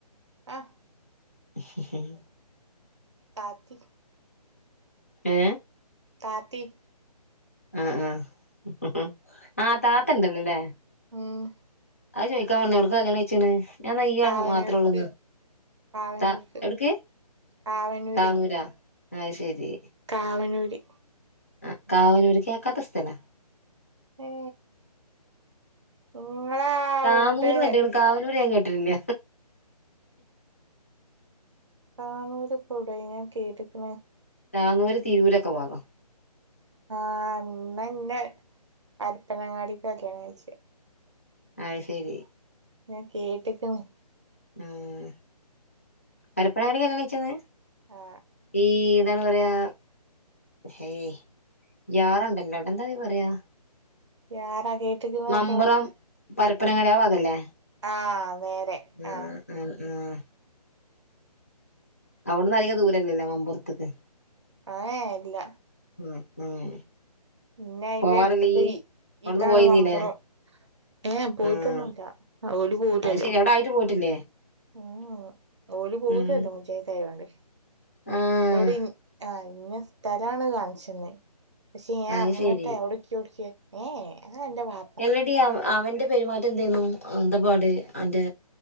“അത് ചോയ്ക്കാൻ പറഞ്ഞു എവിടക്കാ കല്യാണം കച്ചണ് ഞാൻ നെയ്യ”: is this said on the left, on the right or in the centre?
Left